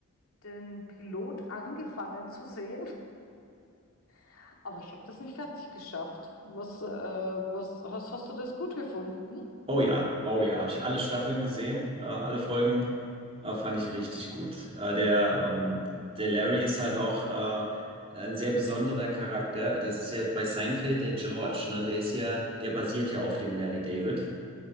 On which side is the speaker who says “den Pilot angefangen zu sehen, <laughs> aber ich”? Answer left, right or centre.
Left